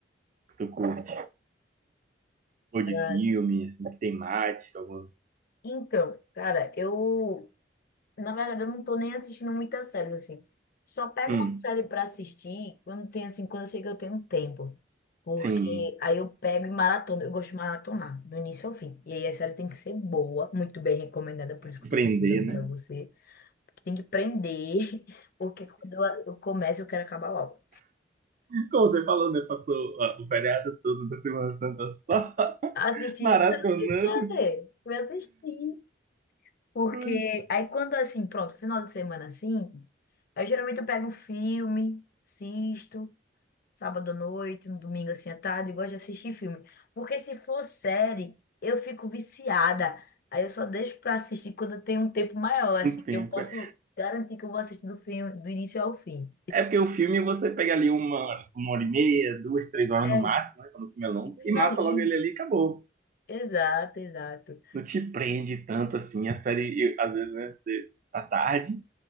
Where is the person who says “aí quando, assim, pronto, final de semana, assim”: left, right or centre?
Left